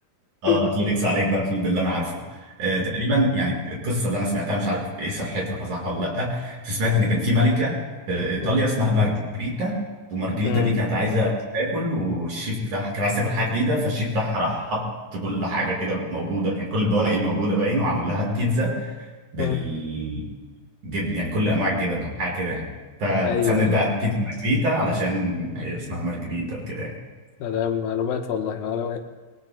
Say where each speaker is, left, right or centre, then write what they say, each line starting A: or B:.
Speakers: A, on the right; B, on the left.
A: اه
B: <laughs>
A: هفليكس عليك بقى في باللي انا عارفه آه تقريبا يعني القصه اللي انا سمعتها مش عارف ايه صحتها صح ولا لا بس سمعت
B: مم.
A: ان كان في ملكه في ايطاليا
B: مم.
A: اسمها مارجريتا ومارجريتا
B: مم.
A: دي كانت عايزه تاكل والشيف بتاعها كانت عايزه تاكل حاجه جديده فالشيف بتاعها راح حط كل حاجه كده موجوده يعني كل البواقي الموجوده باين وعمل لها بيتزا بال
B: مم.
A: جبن يعني كل انواع الجبن او حاجه كده يعني فتسمت
B: أيوه أيوه
A: بقى بيتزا مارجريتا علشان هي اسمها مارجريتا وكده يعني
B: سلام معلومات والله معلومات